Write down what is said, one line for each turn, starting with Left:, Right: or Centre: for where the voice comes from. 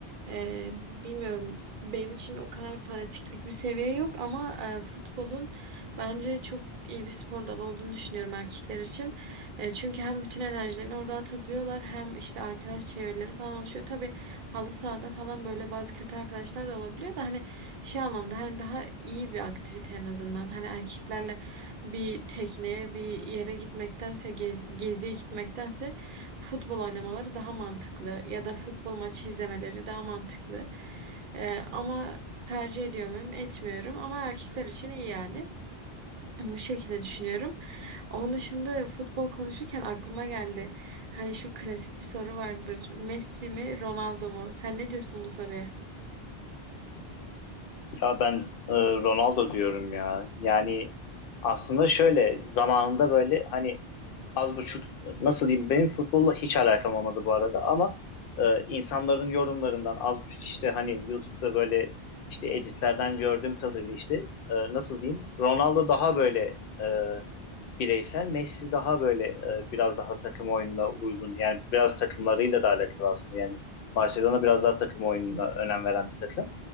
Right: Ee, bilmiyorum benim için o kadar fanatiklik bir seviye yok ama e, futbolun Bence çok iyi bir spor dalı olduğunu düşünüyorum erkekler için. E, çünkü hem bütün enerjilerini orada atabiliyorlar hem işte arkadaş çevreleri falan oluşuyor. Tabii halı sahada falan böyle bazı kötü arkadaşlar da olabiliyor da hani şey anlamda hani daha iyi bir aktivite en azından. Hani erkeklerle bir tekneye bir yere gitmektense gez, geziye gitmektense futbol oynamaları daha mantıklı ya da futbol maçı izlemeleri daha mantıklı. E, ama tercih ediyor muyum? Etmiyorum ama erkekler için iyi yani. Bu şekilde düşünüyorum. Onun dışında futbol konuşurken aklıma geldi. Hani şu klasik bir soru vardır. Messi mi, Ronaldo mu? Sen ne diyorsun bu soruya?
Left: Ya ben e, Ronaldo diyorum ya. Yani aslında şöyle zamanında böyle hani az buçuk nasıl diyeyim benim futbolla hiç alakam olmadı bu arada ama e, insanların yorumlarından az buçuk işte hani YouTube'da böyle işte editlerden gördüğüm kadarıyla işte e, nasıl diyeyim Ronaldo daha böyle e, bireysel Messi daha böyle e, biraz daha takım oyununa uygun yani biraz takımlarıyla da alakalı aslında yani Barcelona biraz daha takım oyununa önem veren bir takım.